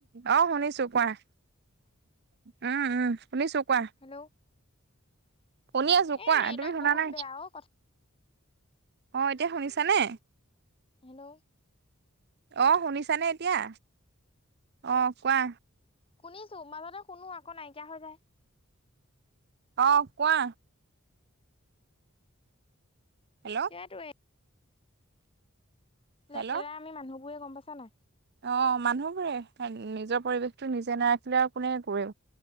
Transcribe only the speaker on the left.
হেল্ল
এ
নেটৱৰ্ক
বহুত
বেয়া অ কথা
হেল্ল
শুনিছো মাজতে শুনো আকৌ নাইকিয়া হৈ যায়।
সেইটোৱে লেতেৰা
আমি মানুহবোৰে গম পাইছা নাই?